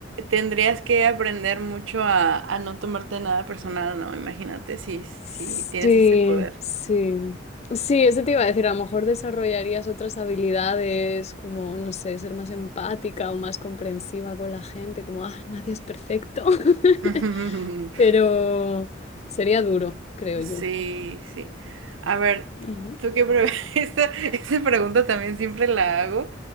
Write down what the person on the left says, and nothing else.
Sí,
sí. Sí, eso te iba a decir, a lo mejor desarrollarías otras habilidades como, no sé, ser más empática o más comprensiva con la gente, como, ah, nadie es perfecto. <laughs>
pero sería duro, creo
yo.
Ujú,